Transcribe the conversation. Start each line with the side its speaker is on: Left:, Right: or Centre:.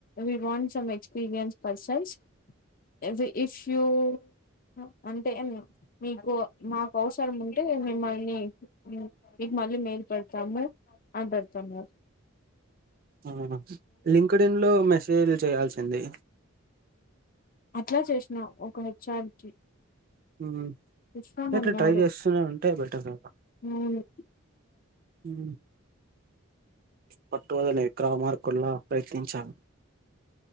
Left: we want some experience persons if if you uh అంటే మీకు మాక్ అవసరం ఉంటే మిమ్మల్ని ఇ మీకు మళ్ళీ మేల్ పేడుతము అని పెడుతన్నారు.
Right: ఆ లింక్డ్ ఇన్ లో మెసేజ్ చేయాల్సింది.
Left: అట్లా చేసినా ఒక హెచ్ ఆర్ కి
Right: ఉమ్
Left: చూస్తామన్నారు
Right: అట్లా ట్రై చేస్తూనే ఉంటే బెటర్ కదా.
Left: అవును
Right: హ్మ్ పట్టువదలనీ విక్రమార్కుడిల ప్రయత్నించా.